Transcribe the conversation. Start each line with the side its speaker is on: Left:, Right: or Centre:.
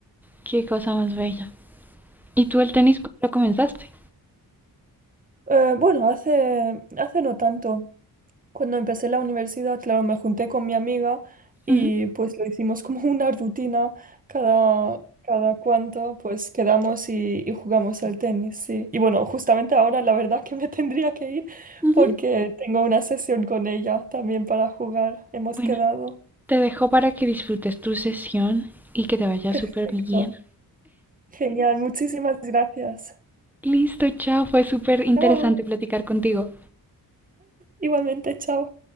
Centre: Qué cosa más bella. ¿Y tú el tenis cuándo lo comenzaste?
Right: Eh, bueno, hace, hace no tanto. Cuando empecé la universidad, claro, me junté con mi amiga y
Centre: Ujú,
Right: pues lo hicimos como <laughs> una rutina. Cada, cada cuanto pues quedamos y, y jugamos al tenis, sí. Y bueno, justamente ahora la verdad que me <laughs> tendría que ir
Centre: ujú.
Right: porque tengo una sesión con ella también para jugar. Hemos
Centre: Bueno.
Right: quedado.
Centre: Te dejo para que disfrutes tu sesión y que te vaya
Right: Perfecto.
Centre: súper bien.
Right: Genial, muchísimas gracias.
Centre: Listo, chao. Fue súper interesante
Right: Chao.
Centre: platicar contigo.
Right: Igualmente, chao.